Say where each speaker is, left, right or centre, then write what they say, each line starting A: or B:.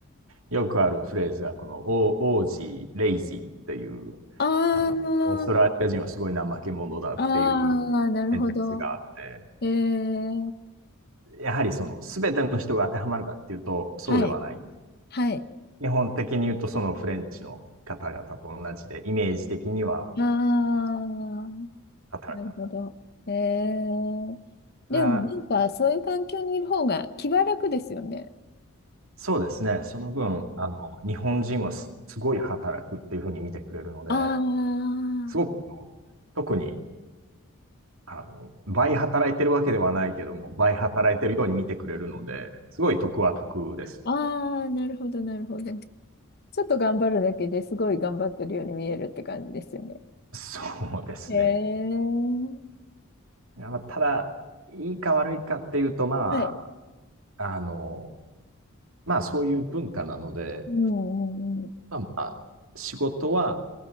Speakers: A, on the right (about 65°); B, on the left (about 45°).
A: よくあるフレーズが、この、オージー、レイジーっていう、
B: あ
A: あの、オーストラリア人はすごい怠け者だっていう
B: あ、ああ、なるほど。
A: センスがあって、
B: ええ、
A: やはりその、すべての人が当てはまるかっていうと、そうではない。
B: はい。はい。
A: 基本的に言うと、そのフレンチの方々と同じで、イメージ的には、
B: ああ、
A: 働かない。
B: なるほど。えー、
A: ただ、
B: でもなんかそういう環境にいる方が気は楽ですよね。
A: そうですね、その分、あの、日本人はすすごい働くっていうふうに見てくれるので、
B: ああ、
A: すごく、特にあの、倍働いてるわけではないけども、倍働いてるように見てくれるので、すごい得は得です。
B: ああ、なるほど、なるほど。ちょっと頑張るだけですごい頑張ってるように見えるって感じですよね。
A: そうですね。
B: えー、
A: いやまあただ、いいか悪いかっていうと、まあ、
B: はい。
A: あの、まあそういう文化なので、
B: うんうんうん。
A: まあ、まあ仕事は